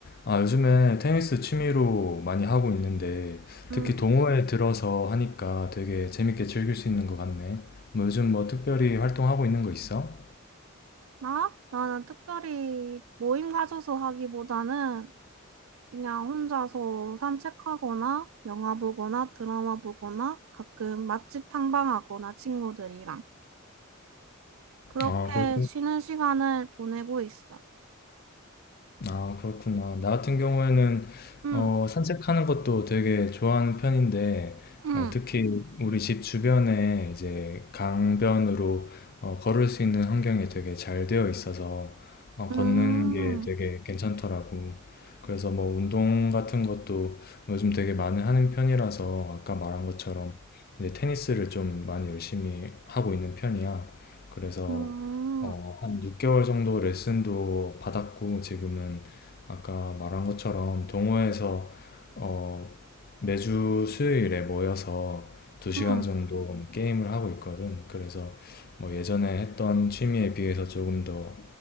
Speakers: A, on the left; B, on the right.
A: 아, 요즘에 테니스 취미로 많이 하고 있는데,
B: 음,
A: 특히 동호회 들어서 하니까 되게 재밌게 즐길 수 있는 것 같네. 뭐 요즘 뭐 특별히 활동하고 있는 거 있어?
B: 나? 나는 특별히 모임 가져서 하기보다는 그냥 혼자서 산책하거나 영화 보거나 드라마 보거나 가끔 맛집 탐방하거나 친구들이랑 그렇게
A: 아, 그렇
B: 쉬는 시간을 보내고 있어.
A: 아 그렇구나. 나 같은 경우에는
B: 응,
A: 어 산책하는 것도 되게 좋아하는 편인데
B: 응,
A: 어 특히 우리 집 주변에 이제 강변으로 어 걸을 수 있는 환경이 되게 잘 되어 있어서 어 걷는
B: 응, 응,
A: 게 되게 괜찮더라고. 그래서 뭐 운동 같은 것도 요즘 되게 많이 하는 편이라서 아까 말한 것처럼 이제 테니스를 좀 많이 열심히 하고 있는 편이야. 그래서
B: 응,
A: 어, 한 6개월 정도 레슨도 받았고, 지금은 아까 말한 것처럼 동호회에서 어, 매주 수요일에 모여서 2시간
B: 응,
A: 정도 뭐 게임을 하고 있거든. 그래서 뭐 예전에 했던 취미에 비해서 조금 더